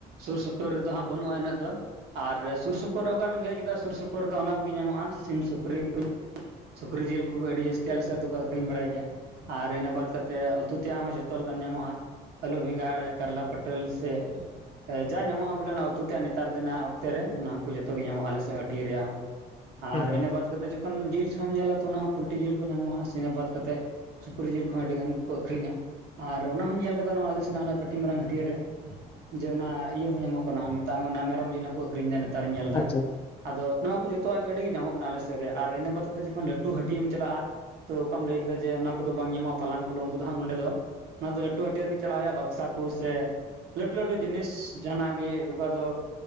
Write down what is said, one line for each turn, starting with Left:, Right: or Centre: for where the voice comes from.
Right: ᱥᱩᱨ ᱥᱩᱯᱩᱨ ᱨᱮᱫᱚ ᱦᱟᱸᱜ ᱵᱟᱹᱱᱩᱜᱼᱟ ᱤᱱᱟᱹᱜ ᱫᱚ ᱾ ᱟᱨ ᱥᱩᱨ ᱥᱩᱯᱩᱨ ᱨᱮ ᱚᱠᱟᱨᱮᱢ ᱞᱟᱹᱭ ᱠᱮᱫᱟ ᱥᱩᱨ ᱥᱩᱯᱩᱨ ᱨᱮᱫᱚ ᱚᱱᱟ ᱠᱚᱜᱮ ᱧᱟᱢᱚᱜᱼᱟ ᱥᱤᱢ ᱥᱩᱠᱨᱤ ᱠᱚ ᱥᱩᱠᱨᱤ ᱡᱮᱞ ᱠᱚᱜᱮ ᱟᱹᱰᱤ ᱡᱟᱹᱥᱛᱤ ᱟᱞᱮ ᱥᱮᱫ ᱨᱮᱫᱚᱠᱚ ᱟᱹᱠᱷᱨᱤᱧ ᱵᱟᱲᱟᱭ ᱜᱮᱭᱟ ᱾ ᱟᱨ ᱤᱱᱟᱹ ᱵᱟᱛ ᱠᱟᱛᱮᱫ ᱩᱛᱩ ᱛᱮᱭᱟᱜ ᱦᱚᱸ ᱡᱚᱛᱚ ᱞᱮᱠᱟᱱ ᱧᱟᱢᱚᱜᱼᱟ ᱟᱹᱞᱩ ᱵᱮᱸᱜᱟᱲ ᱠᱟᱨᱞᱟ ᱯᱚᱴ ᱴᱟ. ᱞ ᱥᱮ ᱮ ᱡᱟ ᱧᱟᱢᱚᱜᱼᱟ ᱵᱚᱞᱮ ᱚᱱᱟ ᱩᱛᱩ ᱛᱮᱭᱟᱜ ᱱᱮᱛᱟᱨ ᱫᱤᱱᱟᱜ ᱚᱠᱛᱮ ᱨᱮ ᱚᱱᱟ ᱠᱚ ᱡᱚᱛᱚ ᱜᱮ ᱧᱟᱢᱚᱜ ᱟᱞᱮ ᱥᱮᱭᱟᱜ ᱦᱟᱹᱴᱤᱭᱟᱹ ᱨᱮᱭᱟᱜ ᱦᱚᱸ
Left: ᱦᱩᱸ
Right: ᱟᱨ
Left: ᱦᱩᱸ
Right: ᱤᱱᱟᱹ ᱵᱟᱛ ᱠᱟᱛᱮ ᱡᱚᱠᱷᱚᱱ ᱡᱤᱞ ᱥᱚᱢ ᱧᱮᱞᱟ ᱛᱚ ᱚᱱᱟ ᱦᱚᱸ ᱯᱳᱞᱴᱤ ᱡᱤᱞ ᱠᱚ ᱧᱟᱢᱚᱜᱼᱟ ᱥᱮ ᱤᱱᱟᱹ ᱵᱟᱛ ᱠᱟᱛᱮᱡ ᱥᱩᱠᱨᱤ ᱡᱤᱞ ᱠᱚᱦᱚᱸ ᱟᱹᱰᱤ ᱜᱟᱱ ᱜᱮᱠᱚ ᱟᱹᱠᱷᱨᱤᱧᱼᱟ ᱟᱨ ᱚᱱᱟ ᱦᱚᱸᱧ ᱧᱮᱞ ᱠᱟᱫᱟ ᱱᱚᱣᱟ ᱟᱞᱮ ᱥᱮᱱᱟᱜ ᱚᱱᱟ ᱠᱟᱹᱴᱤᱡ ᱢᱟᱨᱟᱝ ᱦᱟᱹᱴᱭᱟᱹᱨᱮ ᱾ ᱡᱮ ᱚᱱᱟ ᱤᱭᱟᱹ ᱦᱚᱸ ᱧᱟᱢᱚᱜ ᱠᱟᱱᱟ, ᱢᱮᱛᱟᱜ ᱢᱮ ᱚᱱᱟ ᱢᱮᱨᱚᱢ ᱡᱮᱞ ᱦᱚᱸᱠᱚ ᱟᱠᱷᱨᱤᱧ ᱫᱟ ᱱᱮᱛᱟᱨᱤᱧ ᱧᱮᱞ ᱫᱟ
Left: ᱟᱪᱪᱷᱟ ᱟᱪᱪᱷᱟ
Right: ᱟᱫᱚ ᱱᱚᱣᱟ ᱠᱚ ᱡᱚᱛᱚᱣᱟᱜ ᱜᱮ ᱟᱹᱰᱤ ᱜᱮ ᱧᱟᱢᱚᱜ ᱠᱟᱱᱟ ᱟᱞᱮ ᱥᱮᱫ ᱨᱮ ᱟᱨ ᱤᱱᱟᱹ ᱵᱟᱫ ᱠᱟᱛᱮ ᱡᱚᱠᱷᱚᱱ ᱞᱟ. ᱴᱩ ᱦᱟᱹᱴᱤᱭᱟᱢ ᱪᱟᱞᱟᱜᱼᱟ ᱾ ᱛᱚ ᱚᱠᱟᱢ ᱞᱟᱹᱭ ᱠᱮᱫᱟ ᱡᱮ ᱚᱱᱟ ᱠᱚᱫᱚ ᱵᱟᱝ ᱧᱟᱢᱚᱜᱼᱟ, ᱯᱟᱞᱟᱝ ᱯᱚᱞᱚᱝ ᱠᱚᱫᱚ ᱦᱟᱸᱜ ᱱᱚᱰᱮ ᱫᱚ ᱚᱱᱟ ᱫᱚ ᱞᱟ. ᱴᱚ ᱦᱟᱹᱴᱤᱭᱟᱹ ᱨᱮᱜᱮ ᱪᱟᱞᱟᱜ ᱦᱩᱭᱩᱜᱼᱟ ᱵᱟᱠᱥᱟ ᱠᱚ ᱥᱮ ᱞᱟᱹᱴᱩ ᱞᱟᱹᱴᱩ ᱡᱤᱱᱤᱥ ᱡᱟᱦᱟᱱᱟᱜ ᱜᱮ, ᱚᱠᱟ ᱫᱚ